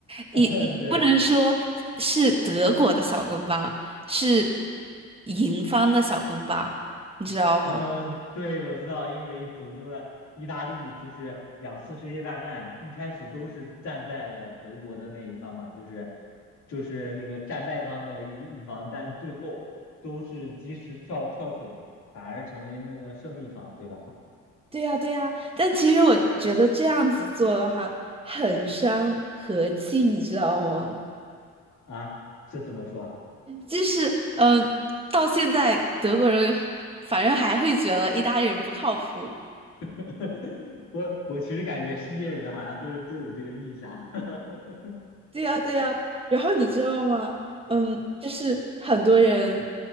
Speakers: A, on the right (about 20°); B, on the left (about 70°).
A: 也也不能说是德国的小跟班，
B: <laughs> 对，
A: 是赢方的小跟班，你知道吗？
B: 嗯，对，我知道，因为怎么说呢，意大利就是两次世界大战一开始都是站在了德国的那一方嘛，就是就是那个战败方的一一方，但最后都是及时跳跳水，反而成为那个胜利方，对吧？
A: 对呀，对呀。但其实我觉得这样子做的话，很伤和气，你知道吗？
B: <laughs> 啊，这怎么说啊
A: 就是嗯、呃到现在德国人反正还会觉得意大利人不靠谱。
B: <laughs> 我我其实感觉世界人好像都都有这个印象，<laughs>
A: 对呀，对呀。然后你知道吗？嗯，就是很多人，